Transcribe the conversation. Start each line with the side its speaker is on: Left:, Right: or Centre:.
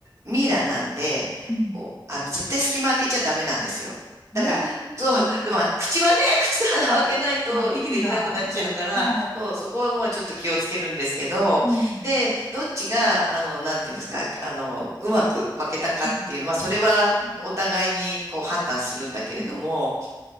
Right: う、ミイラなんで、
Left: ん、
Right: こう、あの、絶対隙間開けちゃダメなんですよ。だから、
Left: うん。えー、
Right: そう、でまあ、口はね、<laughs> 口と鼻を開けないと息できなくなっちゃうから、
Left: はい。あ、息が、はい。
Right: そう、そこはもうちょっと気をつけるんですけど、
Left: うん。
Right: で、どっちが、あの、なんていうんですか、あの、うまく分けたかっていうのは、
Left: うん
Right: それはお互いにこう判断するんだけれども、
Left: うんうん